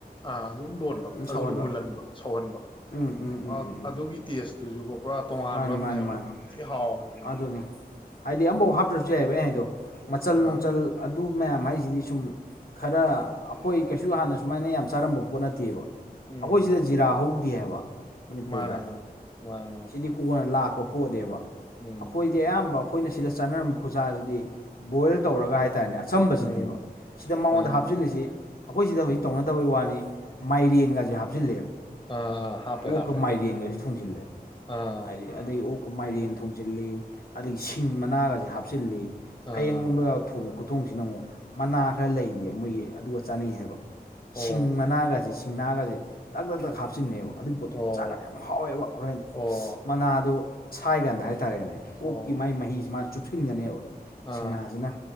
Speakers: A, on the left; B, on the left.
A: ꯑ ꯑꯗꯨꯝ ꯂꯣꯟꯕ
B: ꯑꯗꯨꯝ ꯁꯧꯍꯟꯕ
A: ꯑꯗꯨꯒ ꯃꯨꯜꯍꯟꯕ ꯁꯧꯍꯟꯕ
B: ꯎꯝ ꯎꯝ ꯎꯝ
A: ꯑ
B: ꯎꯝ ꯎꯝ
A: ꯑꯗꯨꯒꯤ ꯇꯦꯁꯇꯨꯁꯨꯀꯣ ꯄꯨꯔꯥ ꯇꯣꯉꯥꯟꯕ
B: ꯃꯥꯅꯤ ꯃꯥꯅꯤ
A: ꯑꯃꯅꯦꯕ
B: ꯃꯥꯅꯤ
A: ꯍꯥꯎꯋꯦꯕ
B: ꯑꯗꯨꯅꯤ ꯍꯥꯏꯗꯤ ꯑꯃꯐꯧ ꯍꯥꯞꯇ꯭ꯔꯁꯨ ꯌꯥꯏꯑꯕ ꯑꯩ ꯍꯥꯏꯗꯣ ꯃꯆꯜ
A: ꯑꯥ
B: ꯅꯨꯡꯆꯜ ꯑꯗꯨ ꯃꯌꯥꯝ ꯍꯥꯏꯁꯤꯗꯤ ꯁꯨꯝ ꯈꯔ ꯑꯩꯈꯣꯏ ꯀꯩꯁꯨ ꯍꯥꯟꯅ ꯁꯨꯃꯥꯏꯅ ꯌꯥꯝ ꯆꯥꯔꯝꯕ ꯄꯣꯠ ꯅꯠꯇꯦꯕ
A: ꯎꯝ
B: ꯑꯩꯈꯣꯏ ꯁꯤꯗ ꯖꯤꯔꯥ ꯍꯧꯗꯦ ꯍꯥꯏꯕ ꯃꯅꯤꯄꯨꯔꯗ
A: ꯃꯥꯅꯦ ꯃꯥꯅꯦ ꯃꯥꯅꯦ ꯃꯥꯅꯦ
B: ꯁꯤꯗꯤ ꯀꯣꯟꯅ ꯂꯥꯛꯄ ꯄꯣꯠꯅꯦꯕ
A: ꯎꯝ
B: ꯑꯩꯈꯣꯏꯗꯤ ꯑꯌꯥꯝꯕ ꯑꯩꯈꯣꯏꯅ ꯁꯤꯗ ꯆꯥꯅꯔꯝꯕ ꯈꯨꯠꯁꯥꯁꯤꯗꯤ ꯕꯣꯏꯜ ꯇꯧꯔꯒ ꯍꯥꯏꯇꯥꯔꯦꯅꯦ ꯑ ꯆꯝꯕꯁꯤꯅꯦꯕ
A: ꯎꯝ
B: ꯁꯤꯗ ꯃꯉꯣꯟꯗ
A: ꯃꯥꯅꯦ
B: ꯍꯥꯞꯆꯤꯜꯂꯤꯁꯤ
A: ꯃꯥꯅꯦ
B: ꯑꯩꯈꯣꯏ ꯁꯤꯗ ꯍꯧꯖꯤꯛ ꯇꯧꯅꯗꯕꯩ ꯋꯥꯅꯤ ꯃꯥꯏꯔꯦꯟꯒꯁꯤꯦ ꯍꯥꯞꯆꯤꯜꯂꯦꯕ
A: ꯑꯥ ꯑꯥ ꯍꯥꯞꯄꯦ
B: ꯑꯣꯛꯀ
A: ꯍꯥꯞꯄꯦ
B: ꯃꯥꯏꯗꯦꯡꯒꯁꯨ ꯊꯣꯡꯁꯤꯜꯂꯦꯕ
A: ꯑꯥ
B: ꯍꯥꯏꯗꯤ ꯑꯗꯗꯒꯤ ꯑꯣꯛꯀ ꯃꯥꯏꯔꯦꯟ ꯊꯣꯡꯖꯤꯜꯂꯤ ꯑꯗꯒꯤ ꯁꯤꯡ ꯃꯅꯥꯒꯁꯤꯦ ꯍꯥꯞꯆꯤꯜꯂꯤ ꯐꯌꯦꯡꯣꯝꯗꯒ
A: ꯑꯥ
B: ꯊꯣꯡꯕ ꯈꯨꯊꯣꯡꯁꯤꯅ ꯑꯃꯨꯛ ꯃꯅꯥ ꯈꯔ ꯂꯩꯔꯤꯌꯦ ꯃꯣꯏꯒꯤ ꯑꯗꯨꯒ ꯆꯥꯅꯩ ꯍꯥꯏꯕ ꯁꯤꯡ
A: ꯑꯣ
B: ꯃꯅꯥꯒꯁꯦ ꯁꯤꯡ ꯅꯥꯒꯁꯦ ꯇꯛ ꯇꯛ ꯇꯛ ꯍꯥꯞꯆꯤꯟꯅꯦꯕ ꯑꯗꯨꯏ ꯄꯣꯠꯇꯨ
A: ꯑꯣ
B: ꯆꯥꯒꯥꯟꯅ ꯌꯥꯝ ꯍꯥꯎꯋꯦꯕ ꯍꯣꯔꯦꯟ
A: ꯑꯣ
B: ꯃꯅꯥꯗꯣ ꯁꯥꯏꯀꯥꯟꯗ ꯍꯥꯏꯔꯦ ꯍꯥꯏꯇꯥꯔꯦꯅꯦ ꯑꯣꯛꯀꯤ
A: ꯑꯣ
B: ꯃꯥꯒꯤ ꯃꯍꯤꯁꯤ ꯃꯥꯅ ꯆꯨꯞꯁꯤꯟꯒꯅꯦꯕ ꯁꯤꯡꯅꯥꯁꯤꯅ
A: ꯑꯥ